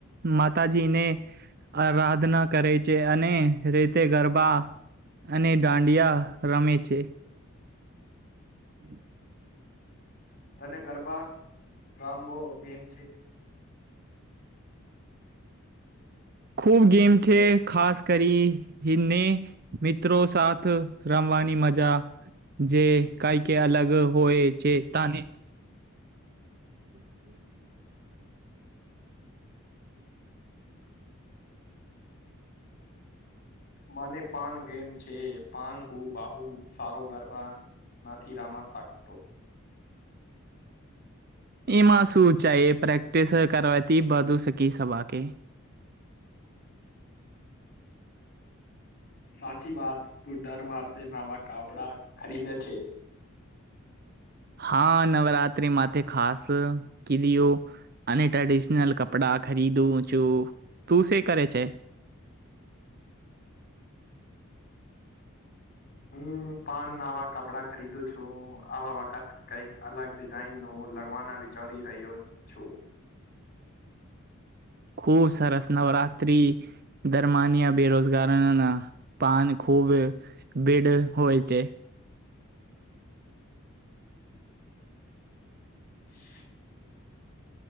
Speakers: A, on the right; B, on the left.
A: માતાજીને આરાધના કરે છે, અને રીતે ગરબા અને દાંડિયા રમે છે. <inaudible>
B: તને ગરબા રમબો ગેમ છે?
A: ખુબ ગેમ છે. ખાસ કરી હીને મિત્રો સાથ. રમવાની મજા જે કાંઈ કે અલગ હોય જેતાને. <inaudible>
B: મને પન ગેમ છે, પન હું બાહુ સારો ગરબા નથી રમ શકતો.
A: એમાં શું ચાય એ પ્રેક્ટિસ કરતી બધું શીખી સવા કે.
B: સાચી વાત. તું દર વારથી નવા કાપડા ખરીદે છે.
A: હા. નવરાત્રી માથે ખાસ કીડીયો અને ટ્રેડિશનલ કપડાં ખરીદું છું. તું શે કરે છે?
B: હું પાન નવા કપડા ખરીદું છું. આવા વખત કંઈક અલગ ડિઝાઇનનું લગવાના વિચારી રહ્યો છું.
A: ખૂ સરસ નવરાત્રી દરમાનિયા બેરોજગારના ના પાન ખૂબ બીડ હોય છે.
B: <inaudible>